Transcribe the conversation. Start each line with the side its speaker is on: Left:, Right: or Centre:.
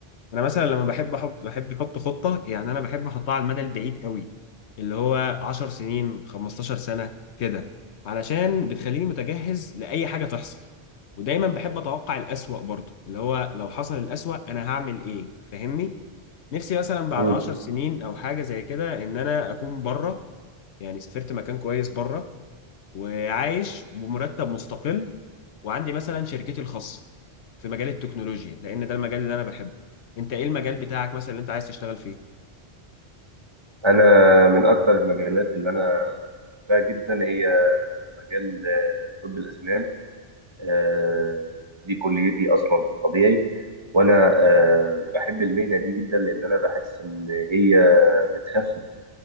Left: أنا مثلا لما بحب أحط بحب أحط خطة يعني أنا بحب أحطها على المدى البعيد قوي اللي هو عشر سنين 15 سنة كده علشان بتخليني متجهز لأي حاجة تحصل ودايما بحب أتوقع الأسوأ برضه اللي هو لو حصل الأسوأ أنا هعمل إيه؟ فاهمني؟ نفسي مثلا بعد
Right: مم.
Left: عشر سنين أو حاجة زي كده إن أنا أكون بره يعني سافرت مكان كويس بره وعايش بمرتب مستقل وعندي مثلا شركتي الخاصة في مجال التكنولوجيا لأن ده المجال اللي أنا بحبه أنت إيه المجال بتاعك مثلا اللي أنت عايز تشتغل فيه؟
Right: أنا من أكتر المجالات اللي أنا بحبها جدا هي مجال آه، طب الأسنان. آه، دي كليتي اصلا في الطبيعي وانا آه، بحب المهنه دي جدا لان انا بحس ان هي بتخفف